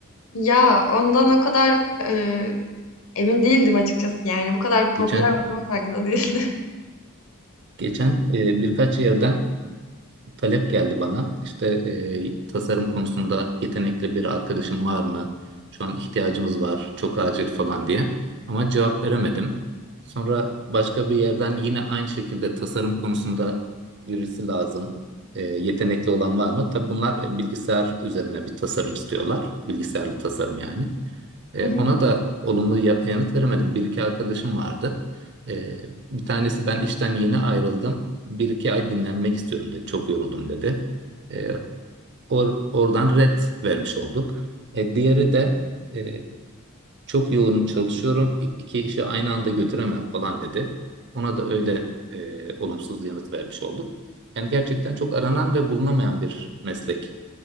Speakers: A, on the left (about 70°); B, on the right (about 55°).
A: Ya, ondan o kadar, eee, emin değildim açıkçası. Yani bu kadar popüler
B: Geçen
A: olduğunun farkında değildim.
B: geçen e, birkaç yerden talep geldi bana. İşte e, tasarım konusunda yetenekli bir arkadaşım var mı? Şu an ihtiyacımız var, çok acil falan diye. Ama cevap veremedim. Sonra başka bir yerden yine aynı şekilde tasarım konusunda birisi lazım. E, yetenekli olan var mı? Tabii bunlar e, bilgisayar üzerine bir tasarım istiyorlar. Bilgisayarlı tasarım yani. E,
A: <laughs>
B: ona da olumlu ya- yanıt veremedim. Bir iki arkadaşım vardı. E, bir tanesi ben işten yeni ayrıldım. Bir iki ay dinlenmek istiyorum dedi. Çok yoruldum dedi. E, or- oradan red vermiş olduk. E, diğeri de e, çok yoğun çalışıyorum. İ- İki işi aynı anda götüremem falan dedi. Ona da öyle e, olumsuz yanıt vermiş olduk. Yani gerçekten çok aranan ve bulunamayan bir meslek